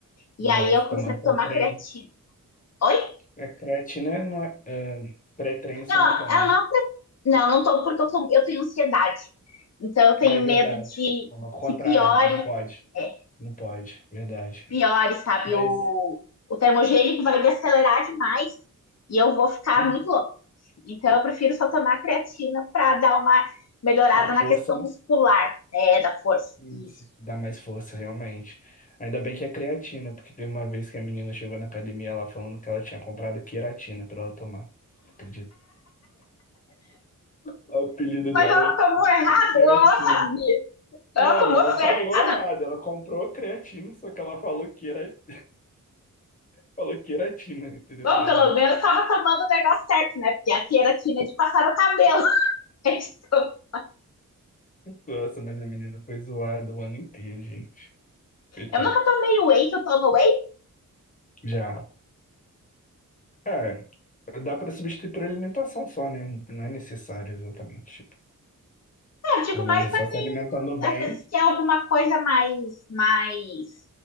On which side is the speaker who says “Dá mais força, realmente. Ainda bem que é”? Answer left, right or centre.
Left